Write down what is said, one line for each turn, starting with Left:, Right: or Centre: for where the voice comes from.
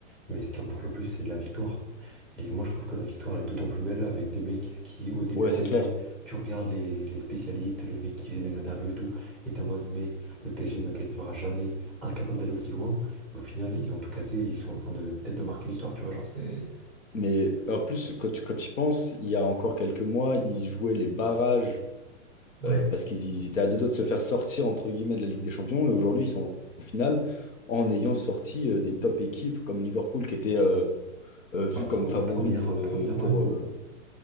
Centre: mais ce qui importe le plus, c'est la victoire. Et moi, je trouve que la victoire, elle est d'autant plus belle avec des mecs qui, au début
Left: Ouais, c'est
Centre: d'année,
Left: clair.
Centre: tu regardes les, les spécialistes, les mecs qui faisaient des interviews et tout, et t'es en mode, mais le PSG ne gagnera jamais, incapable d'aller aussi loin. Et au final, ils ont tout cassé, et ils sont en train de peut-être de marquer l'histoire, tu vois. Genre, c'est.
Left: Mais en plus, quand tu, quand tu y penses, il y a encore quelques mois, ils jouaient les barrages
Centre: Ouais.
Left: euh, parce qu'ils ils étaient à deux doigts de se faire sortir, entre guillemets, de la Ligue des Champions. Et aujourd'hui, ils sont en finale en ayant sorti euh, des top équipes comme Liverpool, qui était euh, euh, vue
Centre: Bah, prom-
Left: comme favorite
Centre: première,
Left: euh,
Centre: première, ouais,
Left: pour,
Centre: de ouf.
Left: euh,